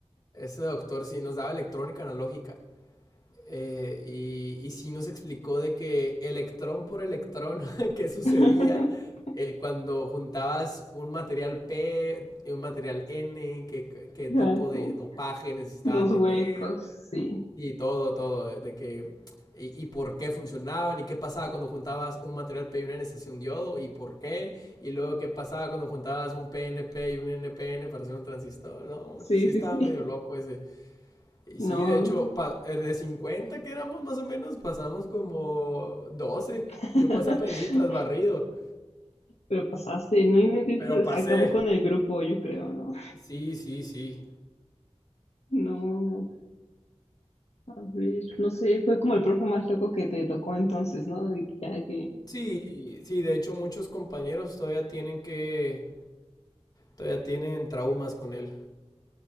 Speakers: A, on the left (about 35°); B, on the left (about 70°).
A: ese doctor sí nos daba electrónica analógica. eh, y, y sí nos explicó de que electrón por electrón, <laughs> qué sucedía
B: <laughs>
A: eh, cuando juntabas un material P y un material N, qué, qué
B: Ya,
A: tipo
B: como
A: de dopaje necesitaba
B: los
A: tener
B: huecos, sí.
A: y todo, todo, eh, de que... Y, y, por qué funcionaban y qué pasaba cuando juntabas un material P y un NC, un diodo y por qué. Y luego qué pasaba cuando juntabas un PNP y un NPN para hacer un transistor. No, hombre,
B: Sí,
A: sí
B: sí,
A: estaba
B: sí.
A: medio loco ese. Y
B: No.
A: sí, de hecho, pa- eh, de 50 que éramos más o menos, pasamos como doce
B: <laughs>
A: Yo pasé a penitas, barrido.
B: Pero pasaste, no inventes,
A: Pero pasé.
B: acabó con el grupo, yo creo, ¿no?
A: Sí, sí, sí.
B: No, a ver, no sé, fue como el profe más loco que te tocó entonces, ¿no? De que,
A: Sí, sí, de hecho muchos compañeros todavía tienen que... Todavía tienen traumas con él.